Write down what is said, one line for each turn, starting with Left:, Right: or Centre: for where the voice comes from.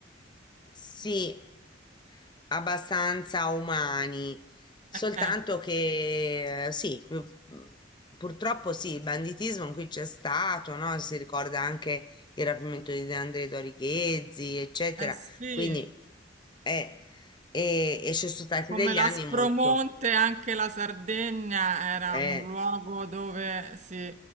Left: Sì, abbastanza umani, soltanto
Right: eh,
Left: che eh, sì, pu- purtroppo sì, il banditismo qui c'è stato, no? Si ricorda anche il rapimento di De André Dorichezzi, eccetera,
Right: Eh sì,
Left: quindi eh, e, e ci sono stati
Right: come
Left: degli
Right: l'Aspromonte,
Left: anni molto,
Right: anche la Sardegna era
Left: eh,
Right: un luogo dove si